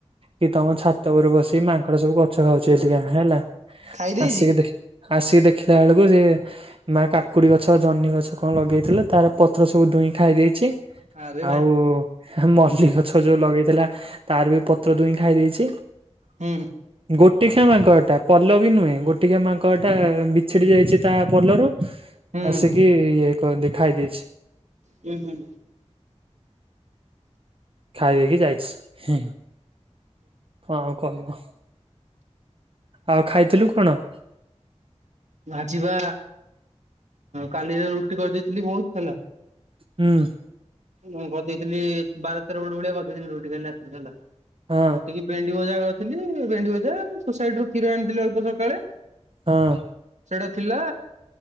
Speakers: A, on the right; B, on the right.
A: କି ତମ ଛ ଛାତ ଉପରେ ବସିିକି ମାଙ୍କଡ଼ ସବୁ ଗଛ ଖାଉଛି ଏଥୀକା ହେଲା
B: ଖାଇ ଦେଇଛି
A: ଆସିକି ଦେଖ ଆସିକି ଦେଖିଲା ବେଳକୁ ସେ ମା କାକୁଡ଼ି ଗଛ ଜହ୍ନି ଗଛ କଣ ଲଗେଇଥିଲା ତାର ପତ୍ର ସବୁ ଦୁଇଁ ଖାଇ ଦେଇଛି।
B: ଆରେ ଭାଇ
A: ଆଉ ମଲ୍ଲି ଗଛ ଯୋଉ ଲଗେଇଥିଲା ତାର ବି ପତ୍ର ଦୁଇଁ ଖାଇ ଦେଇଛି।
B: ହୁଁ।
A: ଗୋଟି ଖିଆ ମାଙ୍କଡ଼ ଟା ପଲ ବି ନୁହେଁ ଗୋ ଟିକେ ମାଙ୍କଟା ବିଛିଡି ଯାଇଛି ତା ପଲର ଟି
B: ହୁଁ
A: ଆସିକି ଇଏ କ ଖାଇ ଦେଇଛି।
B: ହୁଁ ହୁଁ।
A: ଖାଇ ଦେଇକି ଯାଇଛି ହେଁ କଣ କହିବ। ଆଉ ଖାଇଥିଲୁ କଣ?
B: ମୁଁ ଆଜିବା କାଲିର ରୁଟି କରି ଚୁଲି ବହୁତ ହେଲା।
A: ହୁଁ
B: ମୁଁ କହିଦେଇଥିଲି ବାର ତେର ପଟ ଭଳିଆ କରି ଦେଇଥିଲି ରୁଟି କାଲି ରାତିରେ ହେଲା,
A: ହଁ
B: ରୁଟି କି ଭେଣ୍ଡି ଭଜା କରିଥିଲି ଭେଣ୍ଡି ଭଜା ସୋସାଇଟିରୁ କ୍ଷୀର ଆଣିଥିଲି ଅଳ୍ପ ସକାଳେ।
A: ହଁ।
B: ସେଇଟା ଥିଲା,